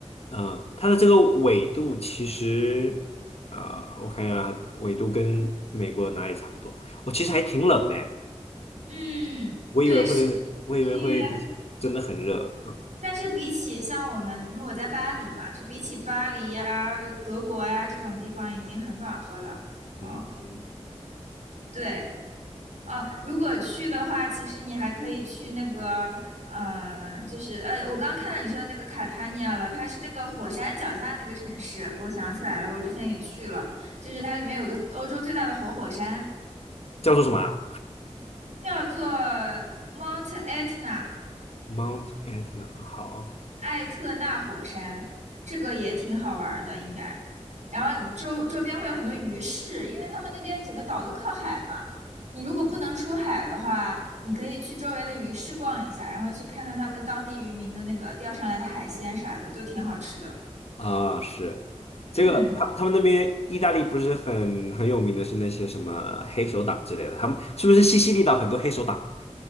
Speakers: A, on the left; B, on the right.
A: 嗯、它的这个纬度其实，呃，我看一下，纬度跟美国哪里差不多？我、其实还挺冷的，
B: 嗯，
A: 我以为会，
B: 对，十
A: 我以为会就是真的很热。
B: 一。月。
A: 嗯
B: 但是比起像我们，因为我在巴黎嘛，就比起巴黎呀、德国呀这种地方已经很暖和了。哦，
A: 嗯，嗯，
B: 对，哦，如果去的话，其实你还可以去那个，嗯、就是呃，我刚看到你说的那个卡塔尼亚了，它是那个火山脚下那个城市，我想起来了，我之前也去了，就是它里面有个欧洲最大的活火山，
A: 叫做什么啊
B: 叫做 Mount Etna。
A: ？Mount Etna。好
B: 艾特纳火山，这个也挺好玩的，应该。然后周周边会有很多鱼市，因为他们那边整个岛都靠海嘛。你如果不能出海的话，你可以去周围的鱼市逛一下，然后去看看他们当地渔民的那个钓上来的海鲜啥的，都挺好吃的。
A: 啊，是这个，
B: 嗯。
A: 他他们那边意大利不是很很有名的是那些什么黑手党之类的，他们是不是西西里岛很多黑手党啊